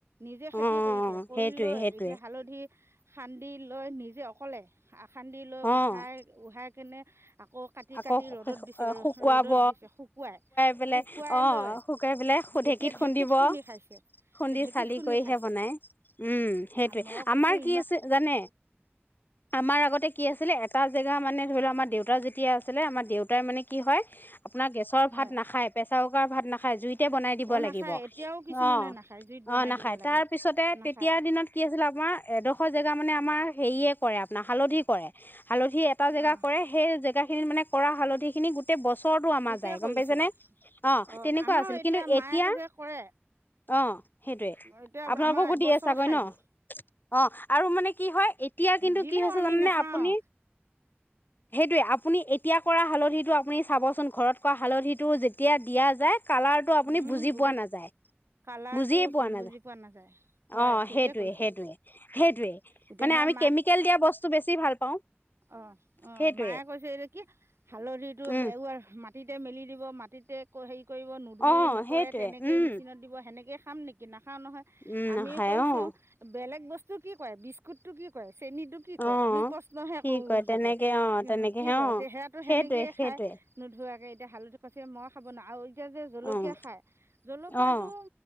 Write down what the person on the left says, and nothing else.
অ'
সেইটোৱে
সেইটোৱে
অ'
আকৌ
শুকুৱাব
পেলাই
অ'
শুকুৱাই পেলাই
খুন্দিব
খুন্দি
চালি
কৰিহে
বনাই উম সেইটোৱে
আমাৰ
কি আছে জানে। আমাৰ আগতে কি আছিলে এটা জেগা মানে ধৰি লও আমাৰ দেউতা যেতিয়া আছিলে আমাৰ দেউতাই মানে কি হয় আপোনাৰ গেছৰ
ভাত নাখায়, প্ৰেচাৰ কুকাৰ ভাত নাখায়, জুই তে বনাই দিব
লাগিব।
অ
অ নাখায়
তাৰপিছতে
তেতিয়া দিনত কি আছিল আমাৰ এডোখৰ জেগা মানে আমাৰ হেৰিয়ে কৰে আপোনাৰ হালধি কৰে। হালধি এটা জেগা
কৰে সেই জেগা খিনিত মানে কৰা হালধি খিনি গোতেই ব ছৰটো আমাৰ
যায়
গম পাইছে নে, অ
তেনেকুৱা
আছিল। কিন্তু
এতিয়া
অঁ সেইটোয়ে
আপোনালোককো
দিয়ে চাগৈ
ন?
অঁ আৰু মানে কি হয় এতিয়া কিন্তু
কি হৈছে
জানানে
আপুনি সেইটোয়ে আপুনি এতিয়া কৰা হালধিটো আপুনি চাবচোন ঘৰত কৰা হালধিটো যেতিয়া দিয়া যায় কালাৰটো আপুনি
বুজি
পোৱা নাযায়।
বুজিয়ে পোৱা নাাজায়।
অ
সেইটোয়ে
সেইটোয়ে সেইটোৱে।
মানে
আমি কেমিকেল দিয়া বস্তু বেছি ভাল পাওঁ।
সেইটোৱে
উম
অ'
সেইটোৱে
উম
উম
নাখায়
অ'
অ'
কি
কয়
তেনেকে অ' তেনেকেহে
অ'
সেইটোৱে
সেইটোৱে
অ'
অ'